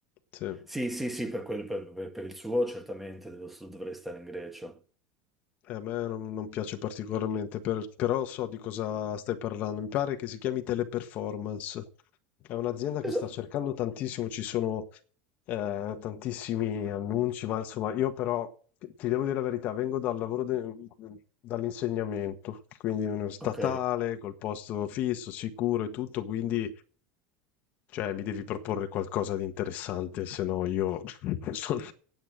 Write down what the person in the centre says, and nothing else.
Sì, sì, sì, per, quel- per- per- per il suo certamente devo- dovrei stare in Grecia.
Esa-
Ok,